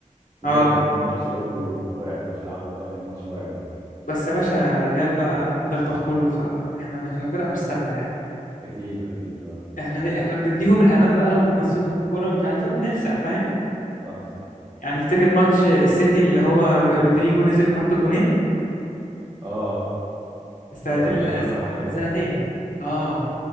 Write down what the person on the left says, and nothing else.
أه
بس يا باشا ريال بقى دغدغ كله بصراحة إحنا إحنا فرقة مش سهلة يعني
إحنا إحنا بنديهم الأمان بقى وبنمسكهم كرة ومش عارف إيه ونلسع فاهم
يعني تفتكر ماتش السيتي اللي هو رو- رودريجو نزل حط الجونين
السنتين
اللي-
من
سنتين أه